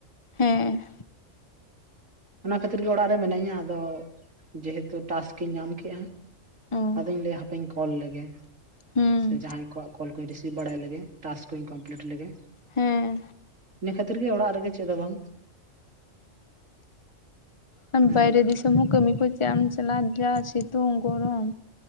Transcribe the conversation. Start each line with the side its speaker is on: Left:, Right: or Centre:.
Left: ᱦᱮᱸ
Right: ᱚᱱᱟ ᱠᱷᱟᱹᱛᱤᱨ ᱜᱮ ᱚᱲᱟᱜ ᱨᱮ ᱢᱤᱱᱟᱹᱧᱟ ᱟᱫᱚ, ᱡᱮᱦᱮᱛᱩ ᱴᱟᱥᱠ ᱤᱧ ᱧᱟᱢ ᱠᱮᱜ-ᱟ᱾
Left: ᱚ
Right: ᱟᱫᱚᱧ ᱞᱟᱹᱭᱟ ᱦᱟᱯᱮᱧ ᱠᱚᱞ ᱞᱮᱜᱮ
Left: ᱦᱮᱸ
Right: ᱥᱮ ᱡᱟᱸᱦᱟᱸᱭ ᱠᱚᱣᱟᱜ ᱠᱚᱞ ᱠᱚᱧ ᱨᱤᱥᱤᱵᱷ ᱵᱟᱲᱟᱭ ᱞᱮᱜᱮ ᱴᱟᱥᱠ ᱠᱚᱧ ᱠᱚᱢᱯᱞᱤᱴ ᱞᱮᱜᱮ᱾
Left: ᱦᱮᱸ
Right: ᱤᱱᱟᱹ ᱠᱷᱟᱹᱛᱤᱨ ᱜᱮ ᱚᱲᱟᱜ ᱨᱮᱜᱮ ᱪᱮᱫ ᱫᱚ ᱵᱟᱝ᱾
Left: ᱚᱸ
Right: ᱦᱮᱸ
Left: ᱵᱟᱭᱨᱮ ᱫᱤᱥ ᱱᱤᱛᱚᱢ ᱦᱚᱸ ᱠᱟᱹᱢᱤ ᱠᱚ ᱪᱟᱜ ᱮᱢ ᱪᱟᱞᱟᱜ-ᱟ ᱡᱟ ᱥᱤᱛᱩᱝ ᱜᱚᱨᱚᱢ᱾